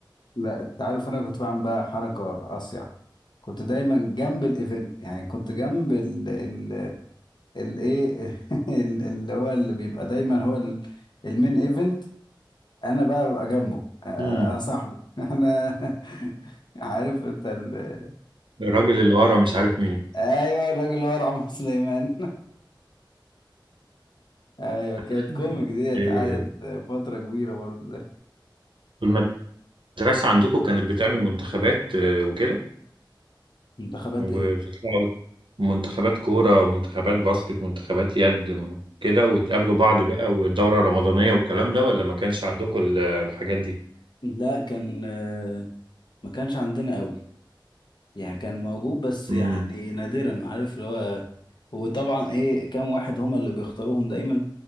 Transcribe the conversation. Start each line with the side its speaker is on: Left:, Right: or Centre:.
Left: لا انت عارف انا كنت بعمل بقى حركة اصيع كنت دايما جنب الايفنت يعني كنت جنب ال ال الايه <laughs> اللي هو اللي بيبقى دايما هو ال- المين ايفنت انا بقى ببقى جنبه آه، آه،
Right: امم
Left: انا صاحبه <laughs> انا <laughs> عارف انت ال...
Right: الراجل اللي ورا مش عارف مين
Left: ايوه الراجل اللي هو رعمه سليمان ايوه
Right: <laughs>
Left: كانت كوميك ديت
Right: إيه،
Left: قعدت فترة كبيرة برضه
Right: طول ما المدرسة عندكم كانت بتعمل منتخبات آه، وكده
Left: منتخبات
Right: وبتطلعوا
Left: ايه
Right: منتخبات كورة منتخبات باسكت منتخبات يد م- كده وتقابلوا بعض بقى والدورة الرمضانية والكلام ده ولا ما كانش عندكم ال- الحاجات دي؟
Left: لا كان آه، ما كانش عندنا قوي يعني كان موجود بس
Right: امم
Left: يعني نادرا عارف اللي هو وطبعا ايه كام واحد هما اللي بيختاروهم دايما